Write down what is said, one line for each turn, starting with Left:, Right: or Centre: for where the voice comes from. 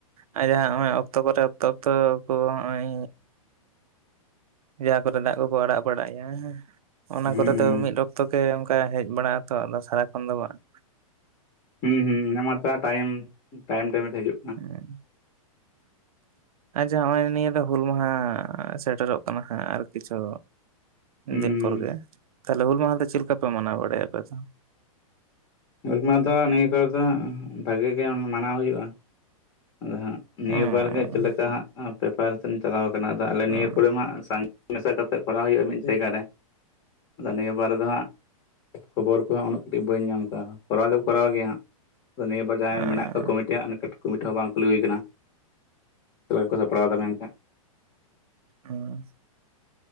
Right: ᱟᱡ ᱡᱟᱦᱟ ᱱᱚᱜᱼᱚᱭ ᱚᱠᱛᱚ ᱠᱚᱨᱮ ᱚᱠᱛᱚ ᱚᱠᱛᱚ ᱠᱚ ᱱᱚᱜᱼᱚᱭ ᱡᱟᱦᱟᱸ ᱠᱚᱨᱮ ᱫᱟᱜ ᱠᱚᱠᱚ ᱟᱲᱟᱜ ᱵᱟᱲᱟᱜᱭᱟ ᱚᱱᱟ
Left: ᱦᱩᱸ
Right: ᱠᱚᱨᱮ ᱫᱚ ᱢᱤᱫ ᱚᱠᱛᱚ ᱜᱮ ᱚᱱᱠᱟ ᱦᱮᱡ ᱵᱟᱲᱟᱜ ᱟᱛᱚ ᱟᱫᱚ ᱥᱟᱨᱟᱠᱷᱚᱱ ᱫᱚ ᱵᱟᱝ
Left: ᱦᱩᱸ ᱦᱩᱸ ᱢᱟᱛᱚ ᱴᱟᱭᱤᱢ ᱴᱟᱭᱤᱢ ᱴᱟᱭᱢ ᱦᱤᱡᱩᱜ ᱠᱟᱱ
Right: ᱦᱩᱸ ᱮ ᱱᱚᱜᱼᱚᱭ ᱱᱤᱭᱟᱹ ᱫᱚ ᱦᱩᱞ ᱢᱟᱦᱟ ᱥᱮᱴᱮᱨᱚᱜ ᱠᱟᱱᱟ ᱦᱟᱸᱜ ᱟᱨ ᱠᱤᱪᱷᱩ
Left: ᱦᱩᱸ
Right: ᱫᱤᱱ ᱯᱚᱨ ᱜᱮ ᱛᱟᱦᱞᱮ ᱦᱩᱞ ᱢᱟᱦᱟ ᱫᱚ ᱪᱮᱫ ᱞᱮᱠᱟ ᱯᱮ ᱢᱟᱱᱟᱣ ᱵᱟᱲᱟᱭᱟ ᱟᱯᱮ ᱫᱚ
Left: ᱩᱢᱟ ᱫᱚ ᱱᱤᱭᱟᱹ ᱠᱚᱨᱮ ᱫᱚ ᱵᱷᱟᱜᱮ ᱜᱮ ᱢᱟᱱᱟᱣ ᱦᱩᱭᱩᱜᱼᱟ ᱟᱫᱚ ᱦᱟᱸᱜ ᱱᱤᱭᱟᱹ
Right: ᱦᱩᱸ
Left: ᱵᱟᱨ ᱜᱮ ᱪᱮᱫ ᱞᱮᱠᱟ ᱦᱟᱸᱜ ᱱᱛᱮ ᱵᱮᱯᱟᱨ ᱥᱮ ᱪᱟᱞᱟᱣ ᱠᱟᱱᱟ ᱟ ᱟᱞᱮ
Right: ᱦᱩᱸ
Left: ᱱᱤᱭᱟᱹ ᱠᱚᱨᱮ ᱢᱟᱜ ᱥᱟᱸᱜ ᱢᱮᱥᱟ ᱠᱟᱛᱮ ᱠᱚᱨᱟᱣ ᱦᱩᱭᱩᱜᱼᱟ ᱢᱤᱫ ᱡᱟᱭᱜᱟ ᱨᱮ ᱟᱫᱚ ᱱᱤᱭᱟᱹ ᱵᱟᱨᱮ ᱫᱚ ᱦᱟᱸᱜ ᱠᱷᱚᱵᱚᱨ ᱠᱚᱦᱟᱸᱜ ᱩᱱᱟᱹᱜ ᱠᱟᱹᱴᱤᱡ ᱵᱟᱹᱧ ᱧᱟᱢ ᱟᱠᱟᱫᱟ ᱠᱚᱨᱟᱣ ᱫᱚᱠᱚ ᱠᱚᱨᱟᱣ ᱜᱮᱭᱟ ᱦᱟᱸᱜ ᱱᱤᱭᱟᱹᱵᱟᱨ ᱡᱟᱦᱟᱸᱭ
Right: ᱦᱩᱸ ᱦᱩᱸ
Left: ᱢᱮᱱᱟᱜ ᱠᱚᱣᱟ ᱠᱚᱢᱤᱴᱤᱭ ᱠᱚᱢᱤᱴᱤ ᱦᱚᱸ ᱵᱟᱝ ᱠᱩᱞᱤ ᱦᱩᱭ ᱟᱠᱟᱱᱟ ᱥᱮ ᱠᱚ ᱥᱟᱯᱲᱟᱣ ᱮᱫᱟ ᱢᱮᱱᱛᱮ
Right: ᱦᱮᱸ <unintelligible>